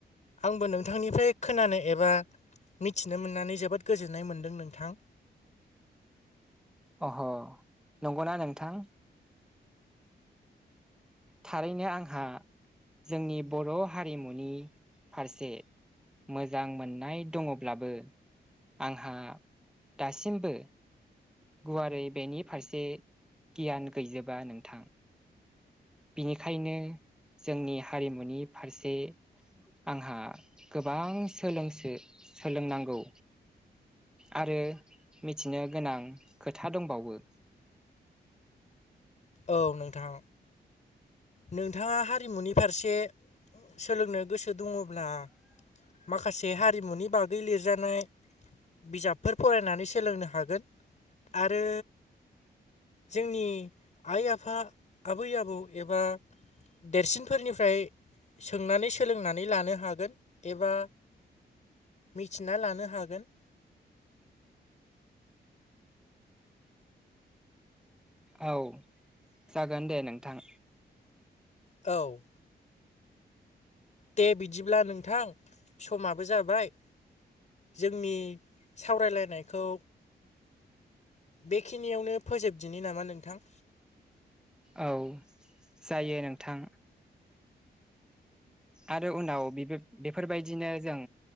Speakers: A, on the left (about 40°); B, in the centre.
A: आंबो नोंथांनिफ्राय खोनानो एबा मिथिनो मोननानै जोबोद गोजोननाय मोन्दों नोंथां
B: अह' नंगौना नोंथां थारैनो आंहा जोंनि बर' हारिमुनि फारसे मोजां मोननाय दङ'ब्लाबो आंहा दासिमबो गुवारै बेनि फारसे गियान गैजोबा नोंथां बिनिखायनो जोंनि हारिमुनि फारसे आंहा गोबां सोलोंसो सोलोंनांगौ आरो मिथिनो गोनां खोथा दंबावो।।
A: औ नोंथां नोंथाङा हारिमुनि फारसे सोलोंनो गोसो दङब्ला माखासे हारिमुनि बागै लिरजानाय बिजाबफोर फरायनानै सोलोंनो हागोन आरो जोंनि आइ आफा आबै आबौ एबा देरसिनफोरनिफ्राय सोंनानै सोलोंनानै लानो हागोन एबा मिथिना लानो हागोन।
B: औ जागोन दे नोंथां
A: औ दे बिदिब्ला नोंथां समाबो जाबाय जोंनि सावरायलायनायखौ बेखिनियावनो फोजोबदिनि नामा नोंथां
B: औ जायो नोंथां। आरो उनाव बेफो-बेफोरबायदिनो जों